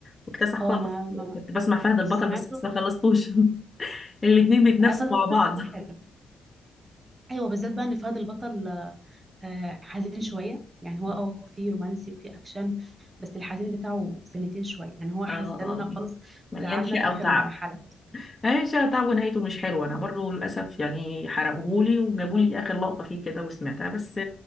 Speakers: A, on the left (about 15°); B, on the right (about 30°).
A: واكتسح
B: اه
A: خالص
B: أنا ما
A: وكنت بسمع فهد البطل
B: سمعته
A: بس لسه خلصتوش <laughs> الاتنين بيتنافسوا
B: آه، فهد
A: مع
B: البطل
A: بعض
B: كان
A: <laughs>
B: حلو أيوه بالذات بقى إن فهد البطل آه، حزين شوية يعني هو
A: اه
B: اه في رومانسي وفي أكشن بس الحزين بتاعه سنتين شوية يعني هو حزننا
A: اه
B: خالص وزعلنا
A: مليان شقة
B: في آخر
A: وتعب
B: حلقة بس.
A: مليان شقة وتعب ونهايته مش حلوة انا برضو للاسف يعني حرقوهولي وجابولي اخر لقطة فيه كده وسمعتها بس